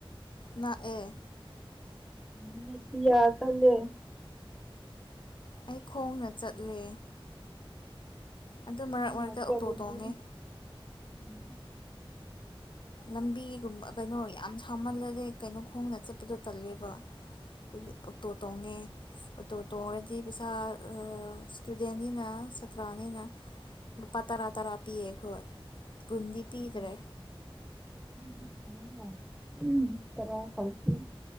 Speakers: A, on the left; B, in the centre.
A: ꯅꯛꯑꯦ꯫
B: ꯃꯤꯅꯤꯠ ꯀꯌꯥ ꯆꯠꯂꯦ꯫
A: ꯑꯩ ꯈꯣꯡꯅ ꯆꯠꯂꯦ꯫ ꯑꯗꯨ
B: ꯅꯪꯅ
A: ꯃꯔꯛ ꯃꯔꯛꯇ
B: ꯆꯠꯄꯗꯤ
A: ꯑꯣꯇꯣ ꯇꯣꯡꯉꯦ꯫
B: <inaudible>
A: ꯂꯝꯕꯤꯒꯨꯝꯕ ꯀꯩꯅꯣ ꯌꯥꯝ ꯁꯥꯃꯜꯂꯗꯦ ꯀꯩꯅꯣ ꯈꯣꯡꯅ ꯆꯠꯄꯗꯣ ꯇꯜꯂꯦꯕ꯫ ꯑꯗꯨꯒꯤ ꯑꯣꯛꯇꯣ ꯇꯣꯡꯉꯦ ꯑꯣꯛꯇꯣ ꯇꯣꯡꯉꯔꯗꯤ ꯄꯩꯁꯥ ꯁ꯭ꯇꯨꯗꯦꯟꯅꯤꯅ ꯁꯥꯇ꯭ꯔꯥꯅꯤꯅ ꯂꯨꯄꯥ ꯇꯔꯥ ꯇꯔꯥ ꯄꯤꯌꯦ ꯑꯩꯈꯣꯏ꯫ ꯀꯨꯟꯗꯤ
B: ꯎꯝ
A: ꯄꯤꯗ꯭ꯔꯦ꯫
B: <inaudible>